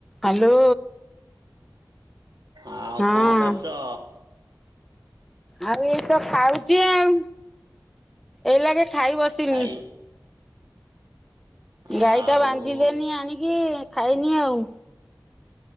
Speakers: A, in the centre; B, on the right.
A: Hello.
B: ଆଉ
A: ହଁ
B: କଣ କରୁଛ?
A: ଆଉ ଏଇତ ଖାଉଛି ଆଉ ଏଇ ଲାଗେ ଖାଇ ବସିନି।
B: ଖାଇ
A: ଗାଈ
B: ଆଉ
A: ଟା ବାନ୍ଧିଦେନି ଆଣିକି ଖାଇନି ଆଉ